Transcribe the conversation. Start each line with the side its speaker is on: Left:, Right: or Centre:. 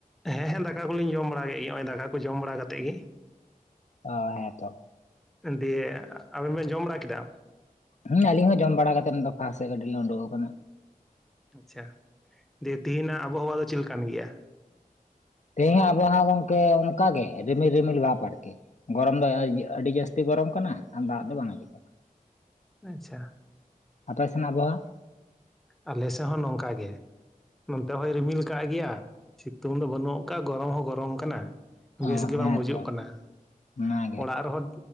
Centre: ᱦᱮᱸ ᱦᱮᱸ ᱫᱟᱠᱟ ᱠᱚᱞᱤᱧ ᱡᱚᱢ ᱵᱟᱲᱟ ᱠᱮᱫ ᱜᱮ ᱱᱚᱜ-ᱚᱭ ᱫᱟᱠᱟ ᱠᱚ ᱡᱚᱢ ᱵᱟᱲᱟ ᱠᱟᱮᱫ ᱜᱮ
Left: ᱚ ᱦᱮᱸ ᱛᱚ
Centre: ᱫᱤᱭᱮ <unintelligible> ᱟᱵᱮᱱ ᱵᱮᱱ ᱡᱚᱢ ᱵᱟᱲᱟ ᱠᱮᱫᱟ
Left: ᱦᱮᱸ ᱟᱞᱤᱧ ᱦᱚᱸ ᱡᱚᱢ ᱵᱟᱲᱟ ᱠᱟᱛᱮ ᱫᱚᱠᱟ <unintelligible> ᱥᱮᱫ ᱠᱟᱹᱴᱤᱡᱞᱤᱧ ᱩᱰᱩᱠ ᱟᱠᱟᱱᱟ
Centre: ᱟᱪᱷᱟ ᱫᱤᱭᱮ ᱛᱮᱦᱮᱧᱱᱟᱜ ᱟᱵᱚᱦᱟᱣᱟ <unintelligible> ᱫᱚ ᱪᱮᱫᱞ ᱞᱮᱠᱟᱱ ᱜᱮᱭᱟ
Left: ᱛᱮᱦᱤᱧ ᱟᱵᱚᱦᱟ <unintelligible> ᱜᱚᱝᱠᱮ ᱚᱱᱠᱟᱜ ᱜᱮ ᱨᱤᱢᱤᱞ ᱨᱤᱢᱤᱞ ᱵᱷᱟᱯ ᱟᱨᱠᱤ ᱜᱚᱨᱚᱢ ᱫᱚ ᱟᱹᱰᱤ ᱡᱟᱹᱥᱛᱤ ᱜᱚᱨᱚᱢ ᱠᱟᱱᱟ ᱟᱨ ᱫᱟᱜ ᱫᱚ ᱵᱟᱝ ᱟᱡᱚᱜ ᱠᱟᱱᱟ
Centre: ᱟᱪᱷᱟ
Left: ᱟᱯᱮ ᱥᱮᱱᱟᱜ ᱟᱵᱚᱦᱟ <unintelligible>
Centre: ᱟᱞᱮ ᱥᱮᱫ ᱦᱚᱸ ᱱᱚᱝᱠᱟ ᱜᱮ ᱱᱚᱱᱛᱮ ᱦᱚᱭ ᱨᱤᱢᱤᱞ ᱠᱟᱫ ᱜᱮᱭᱟ ᱥᱤᱛᱩᱝ ᱫᱚ ᱵᱟᱹᱱᱩᱜ ᱠᱟᱜ- ᱜᱚᱨᱚᱢ ᱦᱚᱸ ᱜᱚᱨᱚᱢ ᱠᱟᱱᱟ ᱵᱮᱥ
Left: ᱚ
Centre: ᱜᱮ
Left: ᱦᱮᱸᱛᱚ
Centre: ᱵᱟᱝ ᱵᱩᱡᱩᱜ ᱠᱟᱱᱟ
Left: ᱚᱱᱟᱜᱮ
Centre: ᱚᱲᱟᱜ ᱨᱮᱦᱚᱸ